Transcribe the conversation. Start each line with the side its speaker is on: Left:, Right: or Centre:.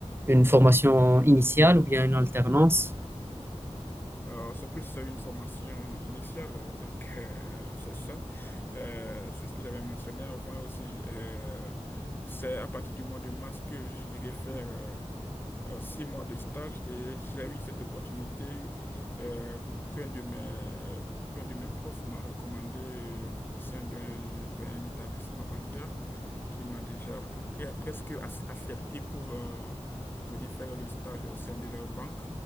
Right: une formation initiale ou bien une alternance?
Left: Euh, c'est plus une formation initiale, donc euh, c'est ça. Euh, c'est ce que j'avais mentionné avant aussi. j- euh, c'est à partir du mois de mars que j'irai faire. euh, euh, six mois de stage et j'ai eu cette opportunité euh, qu'un de mes, euh, qu'un de mes profs m'a recommandé euh, au sein d'un d'un établissement bancaire qui m'a déjà pre- pre- presque ac- accepté pour euh, venir faire le stage au sein de leur banque.